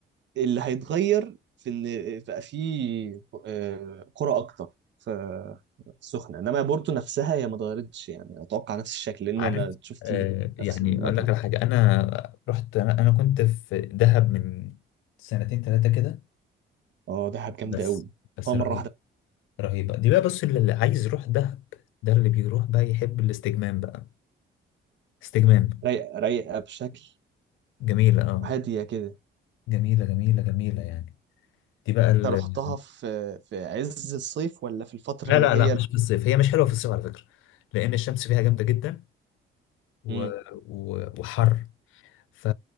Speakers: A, on the right; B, on the left.
A: اللي هيتغير في اللي بقى فيه آه، كرة أكتر في في السخنة إنما بورتو نفسها هي ما اتغيرتش يعني أتوقع نفس الشكل لأن
B: عارف
A: أنا شفت
B: آه،
A: ال-
B: يعني
A: نفس المبنى
B: اقول لك على حاجه انا رحت انا أنا كنت في دهب من سنتين ثلاثه كده
A: أه دهب جامدة
B: بس
A: أوي
B: بس
A: حطها مرة
B: رهيبه
A: واحدة
B: رهيبه دي بقى بص اللي عايز يروح دهب ده اللي بيروح بقى يحب الاستجمام بقى استجمام
A: رايقة رايقة بشكل
B: جميله اه
A: وهادية كده
B: جميله جميله جميله يعني دي بقى ال...
A: أنت رحتها في في عز الصيف ولا في الفترة
B: لا
A: اللي
B: لا
A: هي
B: لا مش في الصيف هي مش حلوه في الصيف على فكره لان الشمس فيها جامده جدا و...
A: امم
B: و... وحر ف